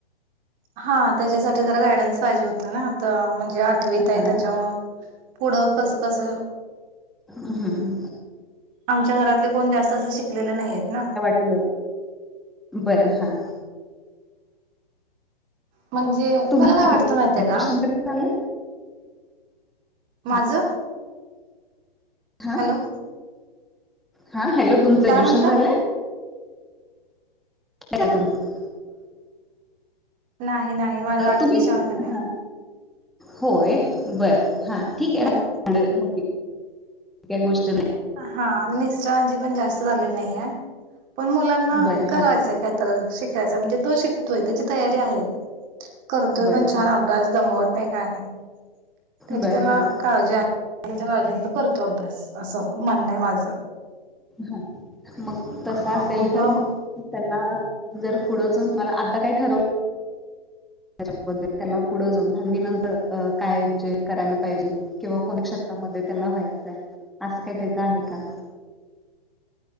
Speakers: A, on the right; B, in the centre.
A: हा त्याच्यासाठी जरा गायडन्स पाहिजे होता ना तर म्हणजे जे आठवीत आहे
B: हा
A: त्याच्यामुळ, पुढं कसं कसं
B: हम्.
A: आमच्या घरातले कोण जास्त असं शिकलेले नाही आहेत ना.
B: ल, बरं हा.
A: म्हणजे
B: तुम
A: मला काय
B: किती
A: वाटतं
B: ग्रॅज्युएशन
A: माहितय का?
B: तरी झालंय हा
A: माझं
B: हा,
A: हॅलो
B: हा हॅलो. तुचं
A: काय
B: जुशन
A: म्हंटलं
B: झालंय. <unintelligible>
A: नाही नाही माझ आठवी
B: तुम्ही
A: शाळा झाल्या.
B: हा होय बर हा ठीक आहे.
A: हॅलो
B: <unintelligible> काय गो <unintelligible>
A: हा मिस्टरांची पण जास्त झालेल नाही आहे, पण मुलां ना
B: बर
A: करायचाय
B: हा
A: काय तर शिकायचाय म्हणजे तो शि तोय त्याची तयारी आहे. करतोय
B: बर
A: पण छान
B: हा
A: अभ्यास दमवत नाही काय नाही. त्याची
B: बर
A: त्याला
B: हा
A: काळजी आहे त्याच्या काळजीन तो करतो अभ्यास असं मान्य आहे माझं.
B: हा मग तस
A: हा
B: असेल
A: मग
B: तर मग त्याना जर पुढ जाऊन <unintelligible> आता काय ठरव त्याच्याबद्दल त्याला पुढं जाऊन दहावीनंतर अ काय म्हणजे करायला पाहिजे. किंवा को <unintelligible> क्षेत्रामध्ये त्याला व्हायचाय, असं काही त्याचं आहे का?